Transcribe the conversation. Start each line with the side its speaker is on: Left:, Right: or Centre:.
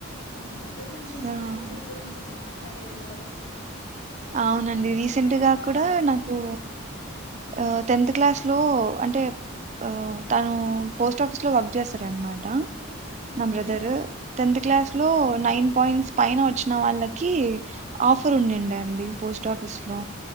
Left: అంతేనండి
Right: సో
Left: ఇంకా రిలేటివ్స్ గురించి చెప్ప పక్కర్లేదు కదా
Right: అవునండి రీసెంట్ గా
Left: మనం
Right: కూడా నాకు ఆ టెన్త్ క్లాస్ లో అంటే అ తను పోస్ట్ ఆఫీస్ లో వర్క్ చేస్తారనమాట
Left: హ్మ్
Right: నా బ్రదరు టెన్త్ క్లాస్ లో నైన్ పాయింట్స్ పైన వచ్చిన వాళ్ళకి ఆఫర్ ఉండండి అండి పోస్ట్ ఆఫీస్ లో